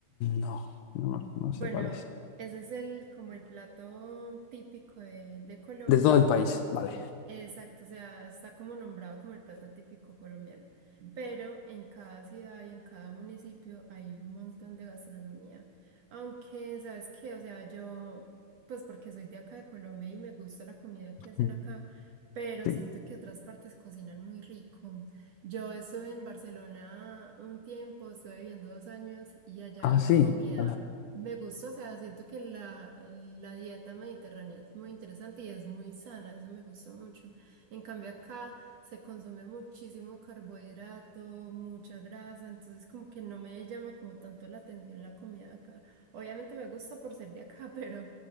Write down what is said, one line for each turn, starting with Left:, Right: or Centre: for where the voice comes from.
Left: No, no, no
Right: Bueno,
Left: sé cuál es.
Right: ese es el como el plato típico de, de Colombia,
Left: De todo el país, vale.
Right: Exacto, o sea, está como nombrado como el plato típico colombiano, pero en cada ciudad y en cada municipio hay un montón de gastronomía. Aunque, ¿sabes qué? O sea, yo, pues porque soy de acá de Colombia y me gusta la comida que hacen
Left: Mm,
Right: acá, pero
Left: Sí.
Right: siento que otras partes cocinan muy rico. Yo estuve en Barcelona un tiempo, estuve viviendo dos años y allá
Left: Ah,
Right: la
Left: sí.
Right: comida
Left: Vale.
Right: me gusta, o sea, siento que la, la dieta mediterránea es muy interesante y es muy sana, eso me gusta mucho. En cambio acá se consume muchísimo carbohidrato, mucha grasa, entonces como que no me llama como tanto la atención la comida de acá. Obviamente me gusta por ser de acá, <laughs> pero